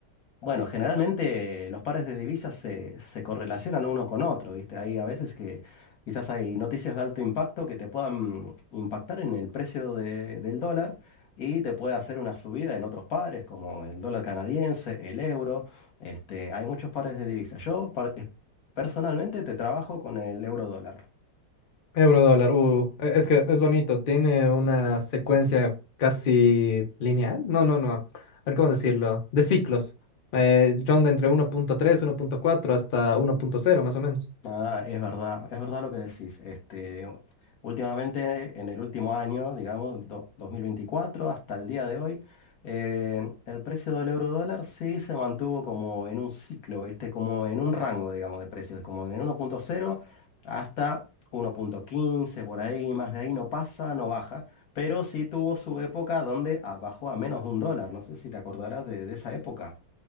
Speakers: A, on the left; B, on the left.
A: Bueno, generalmente eh, los pares de divisas se, se correlacionan uno con otro, ¿viste? Hay a veces que quizás hay noticias de alto impacto que te puedan impactar en el precio de- del dólar y te puede hacer una subida en otros pares, como el dólar canadiense, el euro. Este, hay muchos pares de divisas. Yo par- eh, personalmente te trabajo con el euro dólar.
B: Euro dólar, uh, e- es que es bonito, tiene una secuencia casi lineal. No, no, no. A ver cómo decirlo. De ciclos. Eh, ronda entre uno punto tres, uno punto cuatro hasta uno punto cero más o menos.
A: Ah, es verdad, es verdad lo que decís. Este, últimamente, en el último año, digamos, do- 2024 hasta el día de hoy, eh, el precio del euro dólar sí se mantuvo como en un ciclo, ¿viste? Como en un rango, digamos, de precios, como en uno punto cero hasta uno punto quince por ahí, más de ahí no pasa, no baja. Pero sí tuvo su época donde ah, bajó a menos de un dólar. No sé si te acordarás de, de esa época.